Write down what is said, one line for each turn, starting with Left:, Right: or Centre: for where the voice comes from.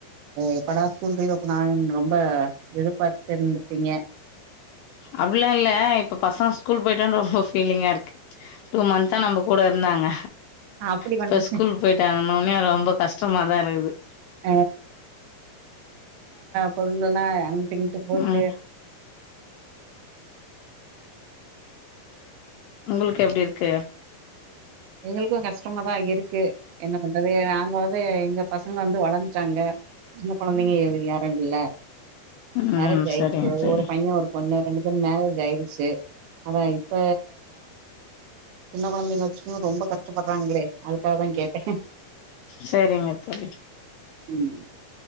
Right: எப்படா ஸ்கூல் ரிஓப்பனாகு ரொம்ப எதிர்பாத்துட்டே இருந்திருப்பீங்க
Left: அப்புடிலா இல்ல இப்ப பசங்க ஸ்கூல் போயிட்டான்னு ரொம்ப ஃபீலிங்காருக்கு டூ மந்தா நம்ம கூட இருந்தாங்க
Right: அப்டி
Left: இப்ப
Right: வந்து
Left: ஸ்கூலுக்கு போயிட்டாங்கன்னவுன்னே ரொம்ப கஷ்டமாதா இருக்குது
Right: ஆ பொருளுல்லா அங்கட்டு இங்கட்டு போட்டு
Left: ம் உங்களுக்கு எப்புடி இருக்கு
Right: எங்குளுக்கு கஷ்டமாதா இருக்கு என்ன பண்றது அங்க வந்து எங்க பசங்க வந்து வளர்ந்துட்டாங்க சின்ன கொழந்தைங்க யாரு இல்ல அ
Left: ம்
Right: மேரேஜ் ஆயிடுச்சு
Left: சரிங்க தோழி
Right: ஒரு பையே ஒரு பொண்ணு எனக்கு மேரேஜ் ஆயிடுச்சு ஆன இப்ப சின்ன கொழந்தைங்க ஐயோ ரொம்ப கஷ்டப்படுறாங்களே அதுக்காக தா கேட்டே
Left: செரிங்க தோழி
Right: உம்